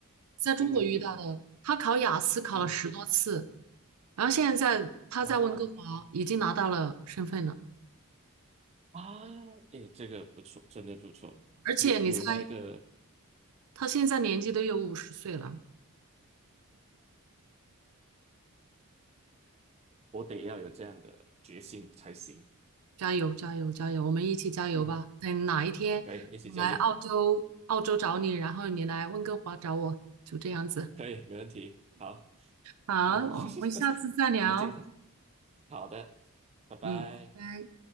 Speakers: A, on the right; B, on the right.
A: 在中国遇到的，
B: 嗯哼
A: 他考雅思考了十多次，
B: 嗯哼
A: 然后现在他在温哥华已经拿到了身份了，
B: 啊啊，哎，这个不错，真的不错，
A: 而且你猜
B: 有有那个
A: 他现在年纪都有五十岁了。
B: 我得要有这样的决心才行。
A: 加油，加油，加油！我们一起加油吧！
B: 嗯，
A: 等哪一天我来澳洲，
B: 可以，一起加油，
A: 澳洲找你，然后你来温哥华找我，就这样子。
B: 可以，没问题。好，
A: 好，
B: 嗯，
A: 我们下次再聊。
B: <laughs> 那今天好的，拜拜。
A: 嗯，拜拜。